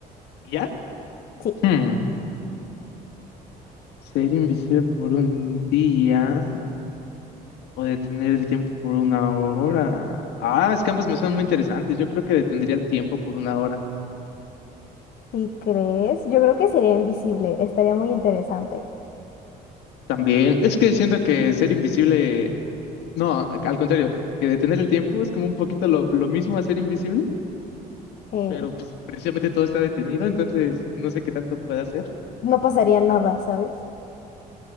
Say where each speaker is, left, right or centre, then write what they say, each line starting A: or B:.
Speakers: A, on the left; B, on the left.
A: ¿ya?
B: Sí,
A: Hmm. Ser invisible por un día o detener el tiempo por una hora. Ah, es que ambas me suenan muy interesantes. Yo creo que detendría el tiempo por una hora.
B: si crees, yo creo que sería invisible, estaría muy interesante.
A: También, es que siento que ser invisible, no, al contrario, que detener el tiempo es como un poquito lo, lo mismo a ser invisible,
B: eh,
A: pero pues precisamente todo está detenido, entonces no sé qué tanto puede hacer.
B: no pasaría nada, ¿sabes?